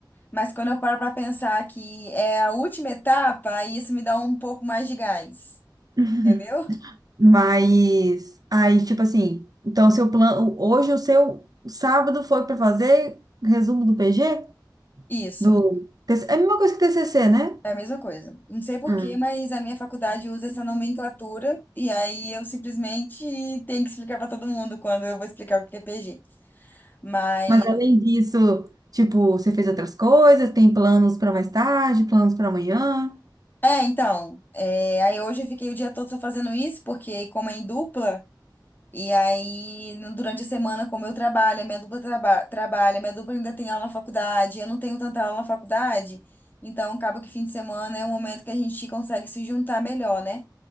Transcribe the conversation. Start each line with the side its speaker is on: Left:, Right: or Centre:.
Left: Mas quando eu paro para pensar que é a última etapa, aí isso me dá um pouco mais de gás,
Right: <laughs>
Left: entendeu?
Right: Mas, aí, tipo assim, então seu plano, hoje o seu sábado foi para fazer resumo do PG?
Left: Isso,
Right: Do, TC é a mesma coisa que TCC, né?
Left: é a mesma coisa. Não sei por
Right: Ah,
Left: quê, mas a minha faculdade usa essa nomenclatura e aí eu simplesmente tenho que explicar para todo mundo quando eu vou explicar o que é PG. Mas
Right: Mas além disso, tipo, você fez outras coisas, tem planos para mais tarde, planos para amanhã?
Left: é, então, é, aí hoje eu fiquei o dia todo só fazendo isso, porque como é em dupla, E aí, no- durante a semana, como eu trabalho, a minha dupla traba trabalha, a minha dupla ainda tem aula na faculdade, eu não tenho tanta aula na faculdade, então acaba que fim de semana é um momento que a gente consegue se juntar melhor, né?